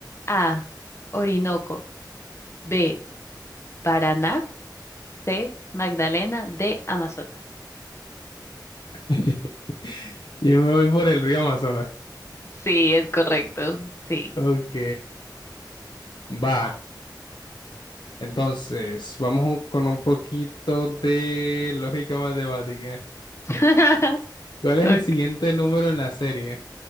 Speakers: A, on the left (about 35°); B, on the left (about 75°).
A: A. Orinoco. B. Paraná. C. Magdalena. D. Amazonas.
B: <laughs> Yo me voy por el río Amazonas.
A: Sí, es correcto. Sí.
B: Ok, va. Entonces, vamos un- con un poquito de lógica matemática.
A: <laughs>
B: ¿Cuál es
A: Ok.
B: el siguiente número en la serie?